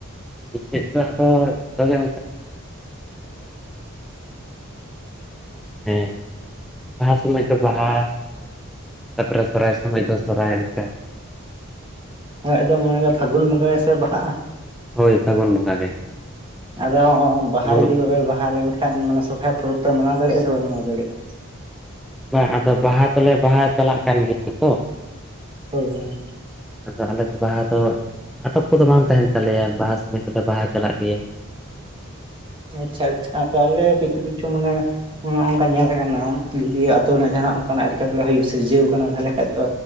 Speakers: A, in the centre; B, on the right (about 25°).
A: ᱪᱮᱫ ᱞᱮᱠᱟ ᱟᱫ <unintelligible> ᱢᱟᱱᱮ ᱵᱟᱦᱟ ᱥᱚᱢᱚᱭ ᱛᱚ ᱵᱟᱦᱟ ᱛᱟᱨᱯᱚᱨᱮ ᱥᱚᱨᱚᱦᱟᱭ ᱥᱚᱢᱚᱭ ᱫᱚ ᱥᱚᱨᱚᱦᱟᱭ ᱚᱱᱠᱟ᱾
B: ᱟᱫᱚ <unintelligible> ᱯᱷᱟᱹᱜᱩᱱ ᱵᱚᱸᱜᱟ ᱜᱮᱥᱮ ᱵᱟᱦᱟᱜᱼᱟ᱾
A: ᱦᱳᱭ ᱯᱷᱟᱹᱜᱩᱱ ᱵᱚᱸᱜᱟ ᱜᱮ᱾
B: ᱟᱫᱚ ᱵᱟᱦᱟ
A: ᱢᱩᱞᱩᱜ
B: ᱤᱫᱤ ᱠᱚᱜᱮ ᱵᱟᱦᱟ ᱞᱮᱱᱠᱷᱟᱱ ᱠᱷᱟᱱ ᱢᱟᱱᱮ ᱥᱚᱨᱦᱟᱭ ᱯᱚᱨᱚᱵᱽ ᱯᱮ ᱢᱟᱱᱟᱣ ᱫᱟᱲᱮᱭᱟᱜᱼᱟ ᱥᱮᱯᱮ ᱢᱟᱱᱟᱣ ᱫᱟᱲᱮᱭᱟᱜᱼᱟ?
A: ᱵᱟᱝ ᱟᱫᱚ ᱵᱟᱦᱟ ᱫᱚᱞᱮ ᱵᱟᱦᱟ ᱪᱟᱞᱟᱜ ᱠᱟᱱ ᱜᱮᱭᱟ ᱛᱚ᱾
B: ᱦᱳᱭ ᱦᱳᱭ
A: ᱟᱫᱚ ᱟᱞᱮ ᱫᱚ ᱵᱟᱦᱟ ᱫᱚ ᱟᱴᱚᱠ ᱠᱚᱫᱚ ᱵᱟᱝ ᱛᱟᱦᱮᱱ ᱛᱟᱞᱮᱭᱟ ᱵᱟᱦᱟ ᱥᱚᱢᱚᱭ <unintelligible> ᱵᱟᱦᱟ ᱪᱟᱞᱟᱜ ᱜᱮᱭᱟ᱾
B: ᱟᱪᱪᱷᱟ ᱟᱪᱪᱷᱟ ᱟᱞᱮ ᱠᱤᱪᱷᱩ ᱠᱤᱪᱷᱩ ᱢᱟᱱᱮ ᱚᱱᱠᱟ ᱧᱮᱞᱟ ᱟᱠᱟᱱᱟ ᱡᱩᱫᱤ ᱟᱹᱛᱩ ᱨᱮᱱᱟᱜ ᱡᱟᱦᱟᱸ ᱚᱱᱠᱟᱱᱟᱜ <unintelligible> ᱦᱩᱭᱩᱜ ᱥᱤᱨᱡᱟᱹᱣ ᱠᱟᱱᱟ ᱛᱟᱦᱚᱞᱮ ᱠᱷᱟᱡ ᱫᱚ